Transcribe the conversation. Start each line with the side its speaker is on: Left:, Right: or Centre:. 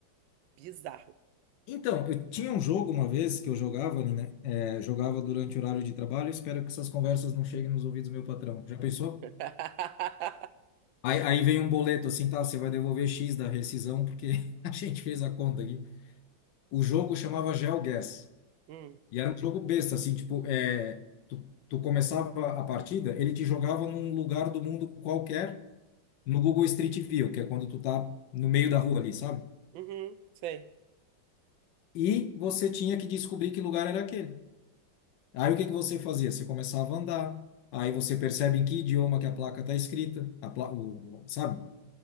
Right: Bizarro.
Left: Então, eu tinha um jogo uma vez que eu jogava, Nina, é, jogava durante o horário de trabalho. Espero que essas conversas não cheguem nos ouvidos do meu patrão. Já pensou?
Right: <laughs>
Left: Aí, aí vem um boleto assim, tá? Você vai devolver X da rescisão, porque <laughs> a gente fez a conta aqui. O jogo chamava GeoGuess.
Right: Hum,
Left: E era um jogo besta, assim, tipo, é, tu, tu começava a partida, ele te jogava num lugar do mundo qualquer, no Google Street View, que é quando tu tá no meio da rua ali, sabe?
Right: uhum, sei.
Left: E você tinha que descobrir que lugar era aquele. Aí o que que você fazia? Você começava a andar, aí você percebe em que idioma que a placa tá escrita, a pla o, sabe?